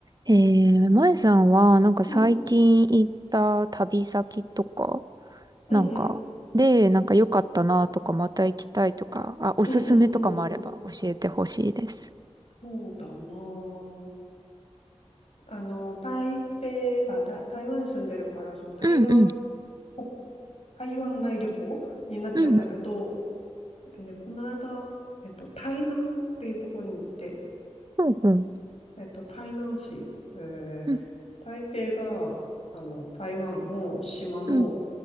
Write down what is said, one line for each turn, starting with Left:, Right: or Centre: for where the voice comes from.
Right: えー、前さんは、なんか最近行った旅先とか、
Left: うん、うん、
Right: なんか、
Left: うん、
Right: で、なんか良かったなとか、また行きたいとか、あ、おすすめとかもあれば教えてほしいです。
Left: うん、うん、うん。そうだなあ。あの、台北、あ、た、台湾に住んでるから、その台湾、
Right: うんうん、
Left: こ、台湾内旅行になっちゃうんだけど、
Right: うん
Left: えっとね、この間、えっと、台南っていうところに行って、
Right: うん、うんうん、
Left: えっと、台南市、えー、
Right: うん
Left: 台北が、あの、台湾の島の、
Right: うん、